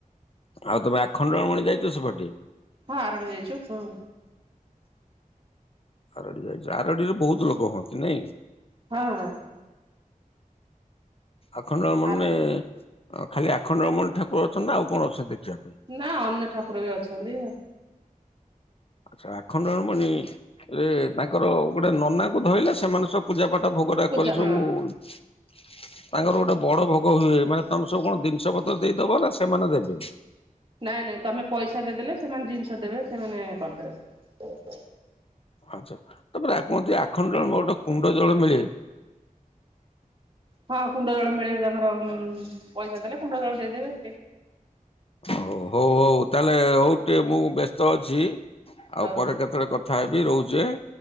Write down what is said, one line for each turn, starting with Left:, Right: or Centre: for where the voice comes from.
Left: ଆଉ ତମେ ଆଖଣ୍ଡଳ ମଣି ଯାଇଛ ସେପଟେ?
Right: ହଁ ଆରଡି ଯାଇଛୁ ହୁଁ।
Left: ଆରଡି ଯାଇଛି ଆରଡିରେ ବହୁତ ଲୋକ ହୁଅନ୍ତି ନାଇଁ?
Right: ହଁ।
Left: ଆଖଣ୍ଡଳ ମଣି
Right: ଆର
Left: ରେ ଖାଲି ଆଖଣ୍ଡଳମଣି ଠାକୁର ଅଛନ୍ତି ନା ଆଉ କଣ ଅଛନ୍ତି ଦେଖିବା ପାଇଁ?
Right: ନା ଅନ୍ୟ ଠାକୁର ବି ଅଛନ୍ତି।
Left: ଆଛା ଆଖଣ୍ଡଣମଣି ରେ ତାଙ୍କର ଗୋଟେ ନନା ଙ୍କୁ ଧରିଲେ ସେମାନେ ସବୁ ପୂଜା ପାଠ ଭୋଗ ରାଗ
Right: ପୂଜା
Left: କରିକି
Right: ହଁ।
Left: ସବୁ ତାଙ୍କର ଗୋଟେ ବଡ ଭୋଗ ହୁଏ। ମାନେ ତମେ ସବୁ କଣ ଜିନିଷ ପତ୍ର ଦେଇଦବ ନା ସେମାନେ ଦେବେ?
Right: ନାଇଁ ନାଇଁ ତମେ ପଇସା ଦେଇଦେଲେ ସେମାନେ ଜିନିଷ ଦେବେ ସେମାନେ କରିଦେବେ।
Left: ଆଚ୍ଛା। ତାପରେ କୁହନ୍ତି ଆଖଣ୍ଡାଳ ଗୋଟେ କୁଣ୍ଡ ଜଳ ମିଳେ।
Right: ହଁ କୁଣ୍ଡ ଜଳ ମିଳେ ତାଙ୍କର ପଇସା ଦେଲେ କୁଣ୍ଡ ଜଳ ଦେଇଦେବେ।
Left: ହଉ ହଉ ହଉ ତାହେଲେ ହଉ ଟିକେ ମୁଁ ବ୍ୟସ୍ତ ଅଛି ଆଉ
Right: ହଉ
Left: ପରେ କେତେବେଳେ କ ଥା ହେବି ରହୁଛି ହେ।